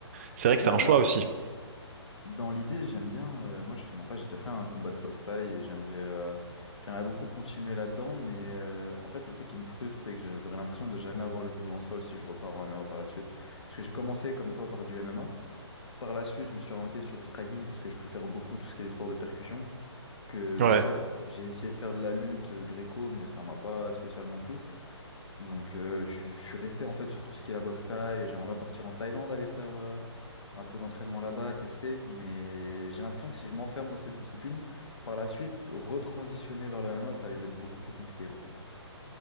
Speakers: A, on the right; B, on the left.
A: C'est vrai que c'est
B: bah
A: un choix
B: moi,
A: aussi.
B: Dans l'idée, j'aime bien. euh, moi, je te mens pas, j'ai déjà fait un combat de boxe thaï et j'aimerais euh, j'aimerais beaucoup continuer là-dedans. Mais euh, en fait, le truc qui me frustre, c'est que je- j'aurais l'impression de jamais avoir le niveau en sol si je repars en MMA par la suite. Parce que j'ai commencé, comme toi, par du MMA. Par la suite, je me suis orienté sur du striking parce que je préfère beaucoup tout ce qui est les sports de percussion que
A: Ouais.
B: de sol. J'ai essayé de faire de la lutte euh, gréco, mais ça m'a pas spécialement plu. Donc, euh, je, suis je suis resté en fait sur tout ce qui est la boxe thaï. J'aimerais bien partir en Thaïlande, aller faire euh, un peu d'entraînement là-bas, tester. Mais j'ai l'impression que si je m'enferme dans cette discipline, par la suite, retransitionner vers le MMA, ça va être beaucoup plus compliqué, quoi.